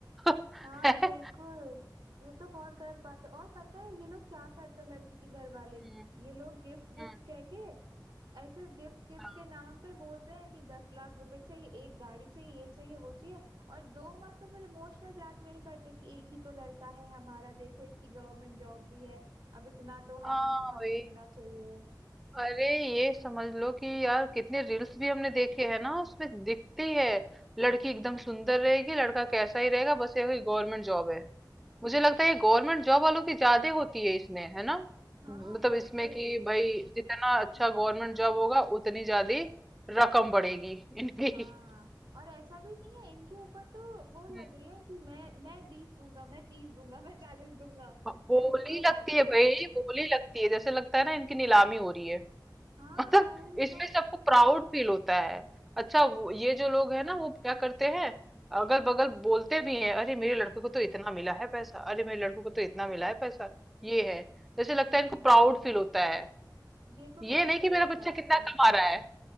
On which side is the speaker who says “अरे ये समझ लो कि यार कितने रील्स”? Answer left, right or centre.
Centre